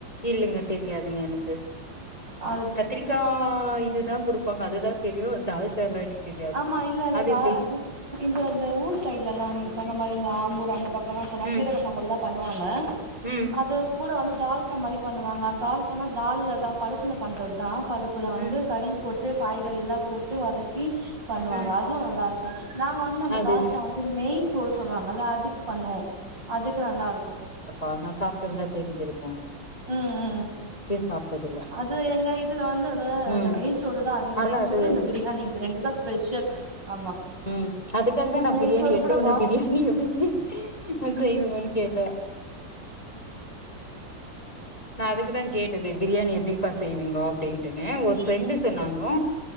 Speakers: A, on the left (about 20°); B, on the right (about 70°).
A: இல்லிங்க தெரியாதுங்க எனுக்கு
B: ஆ
A: கத்திரிக்கா இதுதா கொடுப்பாங்க அதுதா தெரியூ தால்ச்சா எனக்கு தெரியாது
B: ஆமா இல்ல இல்ல
A: அது
B: தா
A: எப்டி
B: இப்ப இந்த ஊர் சைட் லெல்லா நீங்க சொன்ன மாரி தா ஆம்பூர் அந்த பக்கொல்லா போனா
A: ம்
B: சீரக சம்பால் தா பண்ணுவாங்க
A: ம்
B: அது கூட வந்து தால் சமிரி பண்ணுவாங்க தால் சொன்னா தால்ல தா பருப்புல பண்றது தா பருப்புல வந்து
A: ம்
B: கறி போட் ட்டு காய்கறி எல்லா போட்டு வதக்கி பண்ணுவாங்க
A: ம்
B: அதுவூ நல்லா இருக்கூ நாங்க வந்து அந்த
A: அது
B: தால்ச்சா வந்து கு நெய் பூ சொல்லுவாங்கல்ல அதுக்கு பண்ணோ அதுக்கு நல்லாருக்கும்
A: ஆனா சாப்பட்டுருந்தா தெரிஞ்சிருக்
B: ம் ம்
A: சாப்ட்டதில்ல
B: அது எங்க இதுல வந்து அந்த
A: ம்
B: அந்த நெய்சோறு தா அதிகே
A: அதனால
B: நெய்சோறு
A: அது
B: இந்த பிரியாணி இது ரெண்டு தா ஸ்பெஷல் ஆமா
A: ம் அதுக்காக தா நா
B: நெய்ச்சோறு
A: பிரியாணி எடுத்து
B: கூட
A: உட்னே
B: பாஸ்
A: பிரியாணி எப்படி செய் செய்வங்கன்னு கேட்டே நா அதுக்குதா கேட்டது பிரியாணி எப்படிப்பா செய்வீங்கோ அப்பிடின்ட்டுன்னு ஒரு ஃப்ரெண்டு சொன்னாங்கோ